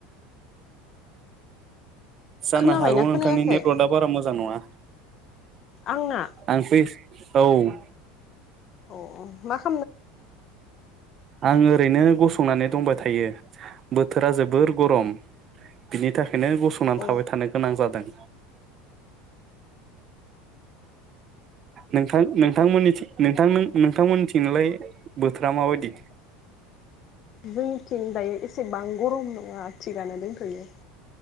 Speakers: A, on the right; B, on the left.
A: जाननो
B: खोनाबायना
A: हागौ नोंथांनि
B: खोनायाखै
A: नेटवार्कआ बारा मोजां नङा।
B: आंना
A: आं फै औ
B: अ मा ख
A: आंङो ओरैनो गसंनानै दंबाय थायो बोथोरा जोबोर गरम बिनि थाख खायनो गसंनानै
B: औ
A: थाबाय थानो गोनां जादों। नोंथां नोंथांमोननिथिं नोंथां नोंथांमोननिथिं लाय बोथोरा माबायदि?
B: जोंनिथिं दायो एसेबां गरम नङा थिगानो दोंथयो।